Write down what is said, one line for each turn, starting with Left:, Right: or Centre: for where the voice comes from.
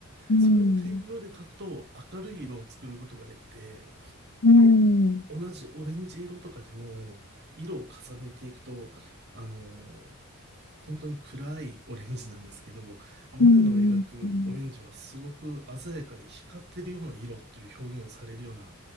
Left: うん。
Right: それを点描で描くと明るい色を作ることができて、
Left: うん。
Right: 同じオレンジ色とかでも色を重ねていくとあのー本当に暗いオレンジなんですけどモネの描くオレンジはすごく鮮やかで光ってるような色っていう表現をされるような
Left: うん。うん